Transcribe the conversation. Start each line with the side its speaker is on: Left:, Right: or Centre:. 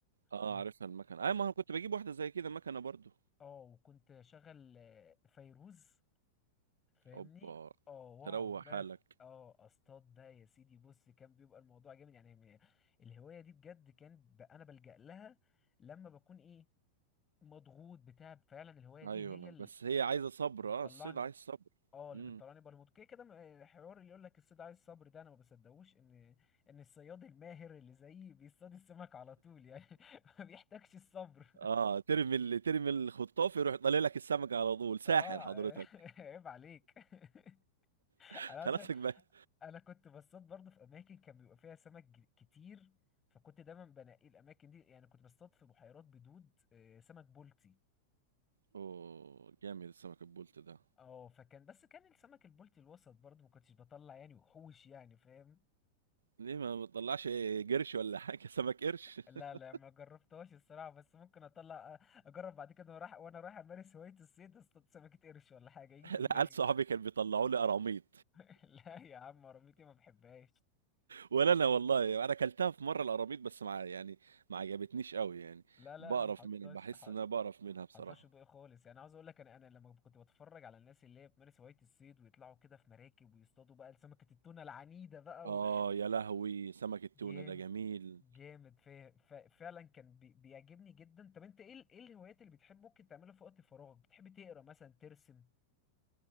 Right: اه
Left: و...
Right: عارفها المكنة اي ما انا كنت بجيب واحدة زي كده مكنة برضو
Left: اه وكنت اشغل آه، فيروز فاهمني
Right: اوبا
Left: اه واقعد
Right: تروق
Left: بقى
Right: حالك
Left: في- اه اصطاد بقى يا سيدي بص كان بيبقى الموضوع جامد يعني م- الهواية دي بجد كان ب... انا بلجأ لها لما بكون ايه مضغوط بتاع فعلا الهواية دي
Right: ايوه
Left: هي اللي
Right: بس هي عايزة صبر
Left: بتطلعني
Right: اه الصيد عايز صبر
Left: اه اللي
Right: امم
Left: بتطلعني برموت كده كده م- الحوار اللي يقول لك الصيد عايز صبر ده انا ما بصدقوش ان ان الصياد الماهر اللي زيي بيصطاد السمك على طول يعني <laughs> ما بيحتاجش الصبر
Right: اه ترمي اللي ترمي الخطاف يروح طالع لك السمكة على طول ساحر
Left: اه
Right: حضرتك
Left: <laughs> عيب عليك <laughs>
Right: <laughs>
Left: انا عايز
Right: خلاصك
Left: أقولك،
Right: بقى
Left: انا كنت بصطاد برضه في اماكن كان بيبقى فيها سمك ج- كتير فكنت دايما بنقي الاماكن دي يعني كنت بصطاد في بحيرات بدود آه، سمك بولتي
Right: اوه جامد السمك البولت ده
Left: اه فكان بس كان السمك البولتي الوسط برضه ما كنتش بطلع يعني وحوش يعني فاهم
Right: ليه ما بتطلعش قرش ولا حاجة سمك قرش <laughs>
Left: لا لا ما جربتهاش الصراحة بس ممكن اطلع اجرب بعد كده وانا رايح وانا رايح امارس هواية الصيد اصطاد سمكة قرش ولا حاجة يجي في
Right: لا
Left: دماغي
Right: عيال صحابي كانوا بيطلعوا لي قراميط
Left: <laughs> لا يا عم رميتي ما بحبهاش
Right: ولا انا والله انا اكلتها في مرة القراميط بس مع يعني ما عجبتنيش قوي يعني
Left: لا لا
Right: بقرف
Left: انا ما حطيتهاش
Right: منها بحس
Left: ح-
Right: ان انا بقرف منها بصراحة
Left: حطيتهاش في بقى خالص يعني عاوز اقول لك انا انا لما كنت بتفرج على الناس اللي هي بتمارس هواية الصيد ويطلعوا كده في مراكب ويصطادوا بقى سمكة التونة العنيدة بقى
Right: آه
Left: و...
Right: يا لهوي سمك التونة
Left: جامد
Right: ده جميل
Left: جامد فا... فا... فعلا كان بي... بيعجبني جدا طب انت ايه ال... ايه الهوايات اللي بتحب ممكن تعملها في وقت فراغك بتحب تقرا مثلا ترسم